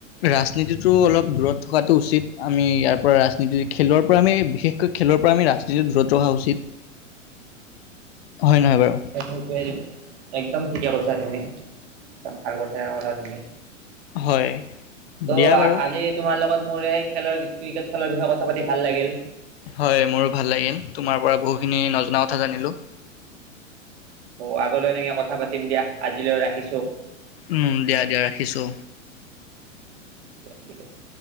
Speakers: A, on the left; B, on the right.
A: ৰাজনীতিটো অলপ দূৰত থকাটো উচিত আমি ইয়াৰ পৰা ৰাজনীতি খেলৰ পৰা আমি বিশেষকৈ খেল ফালৰ পৰা আমি ৰাজনীতিটো দূৰত ৰখা উচিত।
B: <inaudible>
A: হয় নহয় বাৰু
B: সেইটোৱে একদম ঠিকে কৈছা তুমি একদম ভাল কথাই কলা তুমি।
A: হয়
B: ত'
A: দিয়া বাৰু
B: আজি তোমাৰ লগত মোৰ এই খেলৰ ক্ৰিকেট খেলৰ বিষয়ে কথা পাতি ভাল লাগিল।
A: হয় মোৰো ভাল লাগিল তোমাৰ পৰা বহুখিনি নজনা কথা জানিলো।
B: অ 'আগলৈ এনেকে কথা পাতিম দিয়া আজিলৈ ৰাখিছো।
A: উম দিয়া দিয়া ৰাখিছো।
B: দিয়া ঠিক আছে।